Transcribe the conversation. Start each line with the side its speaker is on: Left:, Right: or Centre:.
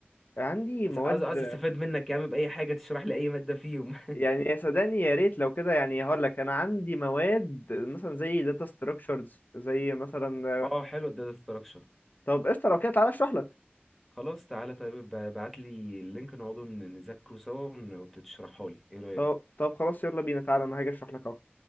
Left: عندي مواد
Centre: عايز عايز عايز استفاد منك يا عم بأي حاجة تشرح لي اي مادة فيهم
Left: يعني يا صدقني يا ريت لو كده يعني هقول لك انا عندي مواد مثلا زي داتا ستراكشرز زي مثلا
Centre: <laughs> اه حلو الداتا ستراكشر
Left: طب قشطه لو كده تعالى اشرح لك
Centre: خلاص تعالى طيب ابعت لي اللينك نقعدوا نذاكره سوا ون- وتشرحه لي ايه رأيك
Left: طب طب خلاص يلا بينا تعالى انا هاجي اشرح لك اهو